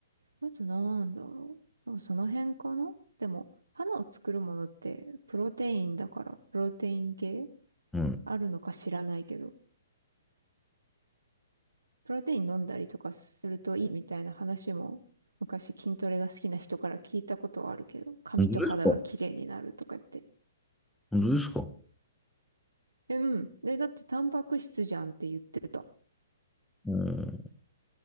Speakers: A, on the right; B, in the centre.
A: あとなんだろう。あその辺かなでも、肌を作るものって、プロテインだから、プロテイン系
B: はい。
A: あるのか知らないけど、プロテイン飲んだりとかするといいみたいな話も、昔筋トレが好きな人から聞いたことはあるけど、髪と肌が綺麗になるとか言って。
B: 本当ですか本当ですか
A: えうん。で、だってタンパク質じゃんって言ってた。
B: うん、